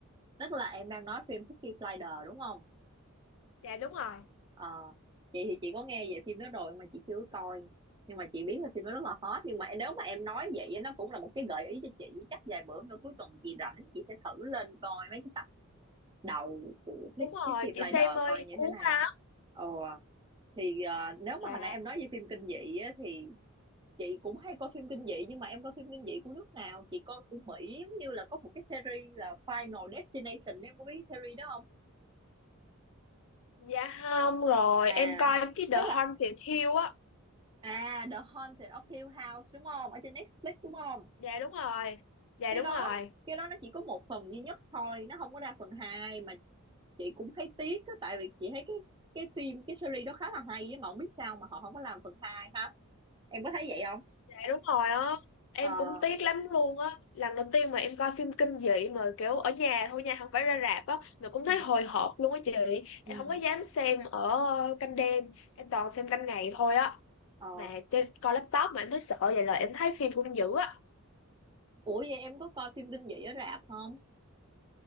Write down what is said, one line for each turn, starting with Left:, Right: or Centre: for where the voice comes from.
Right: tức là em đang nói phim Peaky Blinders đúng không
Left: Dạ đúng rồi.
Right: ờ chị thì chị có nghe về phim đó rồi mà chị chưa coi nhưng mà chị biết là phim đó rất là hot nhưng mà nếu mà em nói vậy á, nó cũng là một cái gợi ý cho chị chắc vài bữa nữa cuối tuần chị rảnh chị sẽ thử lên coi mấy cái tập đầu của Pe-
Left: Đúng rồi,
Right: Peaky
Left: chị
Right: Blinders
Left: xem ơi
Right: coi như
Left: cuốn
Right: thế nào
Left: lắm.
Right: ờ thì ờ, nếu
Left: Dạ.
Right: mà hồi nãy em nói về phim kinh dị á, thì chị cũng hay coi phim kinh dị nhưng mà em coi phim kinh dị của nước nào chị coi của Mỹ giống như là có một cái series là Final Destination em có biết cái series đó không
Left: Dạ không rồi,
Right: à
Left: em coi cái
Right: tức
Left: The Haunted
Right: là
Left: Hill á.
Right: à The Haunted of Hill House đúng không ở trên Netflix đúng không
Left: Dạ đúng rồi. Dạ
Right: cái
Left: đúng
Right: đó
Left: rồi.
Right: cái đó nó chỉ có một phần duy nhất thôi nó không có ra phần hai mà chị cũng thấy tiếc á tại vì chị thấy cái cái phim cái series đó khá là hay á mà không biết sao mà họ không có làm phần hai ha em có thấy vậy không
Left: Dạ đúng rồi á. Em
Right: ờ
Left: cũng tiếc lắm luôn á. Lần đầu tiên mà em coi phim kinh dị mà kiểu ở nhà thôi nha, không phải ra rạp á, mà cũng
Right: ừ
Left: thấy hồi hộp luôn á chị.
Right: ừ
Left: Em không có dám xem ở canh đêm, em toàn xem canh ngày thôi á.
Right: ờ
Left: Mà trên coi laptop mà em thấy sợ vậy là em thấy phim cũng dữ á.
Right: ủa vậy em có coi phim kinh dị ở rạp không